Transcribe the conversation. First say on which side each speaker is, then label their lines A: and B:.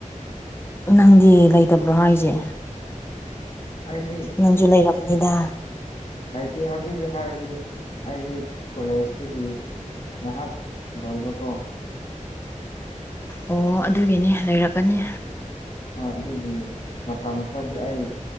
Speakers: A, on the left; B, on the left.
A: ꯅꯪꯗꯤ ꯂꯩꯇꯕ꯭ꯔꯣ ꯍꯥꯏꯁꯦ
B: ꯑꯩꯗꯤ
A: ꯅꯪꯁꯨ ꯂꯩꯔꯝꯅꯤꯗ
B: ꯂꯥꯏꯔꯤꯛꯇꯤ ꯍꯧꯖꯤꯛꯇꯤ ꯍꯥꯏꯔꯗꯤ ꯑꯩꯗꯤ ꯀꯣꯂꯦꯖꯇꯒꯤ ꯉꯍꯥꯛ ꯂꯣꯏꯕ ꯀꯣ
A: ꯑꯣ ꯑꯗꯨꯒꯤꯅꯦ ꯂꯩꯔꯛꯀꯅꯤ
B: ꯍꯣꯏ ꯑꯗꯨꯒꯤ ꯃꯇꯝ ꯈꯔꯗꯤ ꯑꯩ